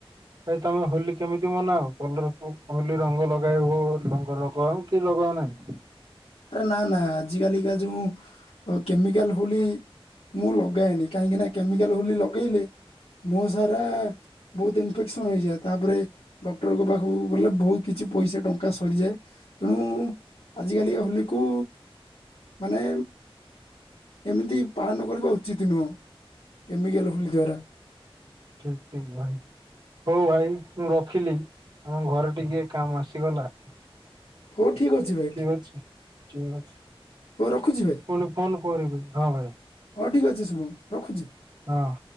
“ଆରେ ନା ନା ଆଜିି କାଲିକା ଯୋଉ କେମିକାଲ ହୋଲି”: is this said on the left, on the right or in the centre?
Left